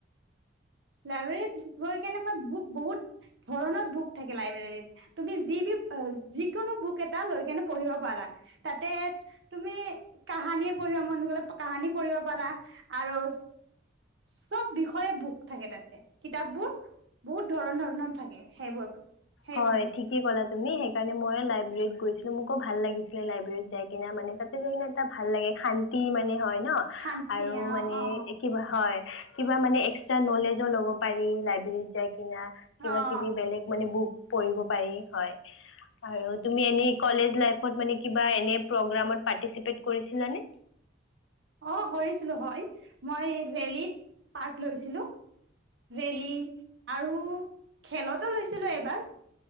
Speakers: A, on the right; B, on the left.
A: লাইব্ৰেৰীত গৈ কেনে মই বুক বহুত ধৰণৰ বুক থাকে লাইব্ৰেৰীত। তুমি যিকোনো বুক এটা লৈ কেনে পঢ়িব পাৰা তাতে। তুমি কাহানীয়ে পঢ়িবৰ মন গুলে কাহানী পঢ়িব পাৰা আৰু। চব বিষয়ে বুক। থাকে তাতে কিতাপ বোৰ বহুত ধৰন ধৰণৰ থাকে সেইবোৰ। সেইবাবে
B: হয় ঠিক। কি ক'লা তমি সেইকাৰণে মইে লাইব্ৰেৰীত গৈছোঁ মোকো ভাল লাগিছিলে লাইব্ৰেৰীত যাই কিনে মানে তাত। যিকোনো এটা ভাল লাগে শান্তি মানে হয় ন'
A: শান্তি
B: আৰু
A: অ
B: মানে।
A: অ
B: কিবা হয় কিবা মানে এস্কট্ৰা নলেজো ল'ব পাৰি লাইব্ৰেৰত যাই কিনা। কিবা
A: অ
B: কিবি বেলেগ মানে বুক পঢ়িব পাৰি হয় আৰু তুমি এনেই। কলেজ লাইফত মানে কিবা এনে প্ৰগ্ৰামত পাৰ্টিচিপেট কৰিছিলানে?
A: অ' কৰিছিলো হয়, মই ৰেলীত পাৰ্ট লৈছিলো। ৰেলি আৰু খেলতো লৈছিলো এবাৰ।